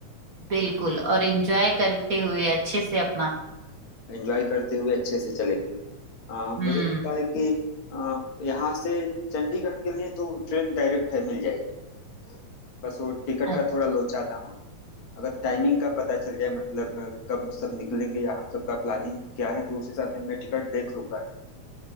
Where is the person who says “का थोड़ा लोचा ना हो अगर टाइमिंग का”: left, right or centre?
Left